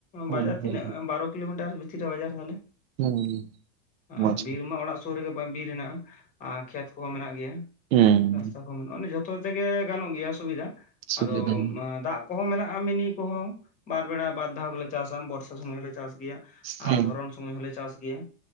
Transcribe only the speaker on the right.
ᱦᱩᱸ
ᱦᱳᱭ
ᱦᱳᱭ
ᱦᱩᱸ
ᱢᱚᱡᱽ
ᱜᱮ
ᱩᱸ
ᱥᱩᱵᱤᱫᱷᱟ
ᱜᱮ
ᱦᱩᱸ